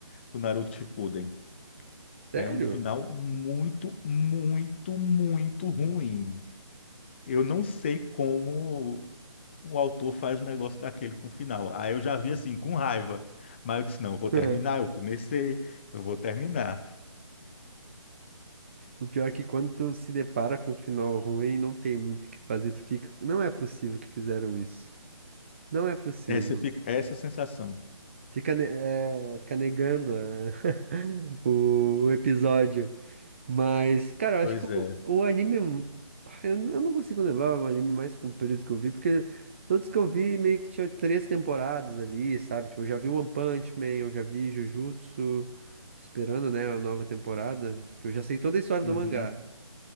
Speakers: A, on the left (about 20°); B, on the right (about 25°).
A: do Naruto Shippuden.
B: Sério?
A: É um final muito, muito, muito ruim. Eu não sei como o autor faz um negócio daquele com o final. Aí eu já vi assim com raiva, mas eu disse não, eu vou terminar,
B: <laughs>
A: eu comecei, eu vou terminar.
B: O pior é que quando tu se depara com um final ruim, não tem muito o que fazer. Tu fica. Não é possível que fizeram isso. Não é possível.
A: Essa fica essa sensação.
B: Fica, ne- é, fica negando a- <laughs> o, o episódio. Mas, cara, eu
A: Pois
B: acho que
A: é.
B: o, o anime. Eu, n- eu não consigo levar o anime mais comprido que eu vi, porque todos que eu vi meio que tinha três temporadas ali, sabe? Tipo, eu já vi One Punch Man, eu já vi Jujutsu, esperando, né, a nova temporada, que eu já sei toda a história
A: Uhum.
B: do mangá.